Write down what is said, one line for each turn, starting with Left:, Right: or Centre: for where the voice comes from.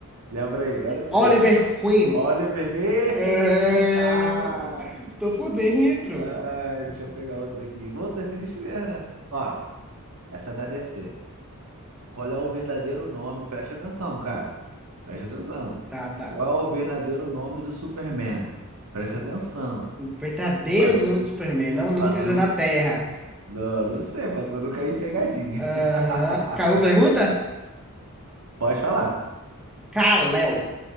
Right: Lembra aí, quero ver,
Centre: Oliver
Right: hein?
Centre: Queen.
Right: Oliver. <laughs>
Centre: É...
Right: Ah,
Centre: Tô por dentro.
Right: ah, deixa eu pegar outra aqui. Vou ter sinistro mesmo, né? Ó, essa é da DC. Qual é o verdadeiro nome? Preste atenção, cara. Preste atenção.
Centre: Tá, tá.
Right: Qual é o verdadeiro nome do Superman? Preste atenção.
Centre: O verdadeiro
Right: Pra tu
Centre: nome
Right: não,
Centre: do Superman, não o nome
Right: pra
Centre: que
Right: tu
Centre: ele
Right: não,
Centre: usa na Terra.
Right: não, não sei, pra tu não cair em pegadinha.
Centre: Aham.
Right: <laughs>
Centre: Acabou a pergunta?
Right: Pode falar.
Centre: Kal-El.